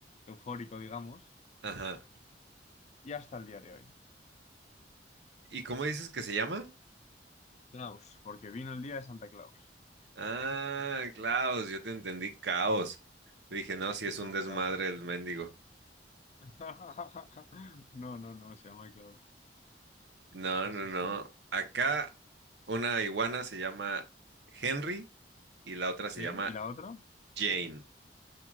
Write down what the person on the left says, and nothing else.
eufórico, digamos,
y hasta el día de hoy.
Klaus, porque vino el día de Santa Claus.
No,
Klaus.
<laughs> No, no, no, se llama Klaus.
Sí,
sí,
sí.
¿Sí?
¿Y la otra?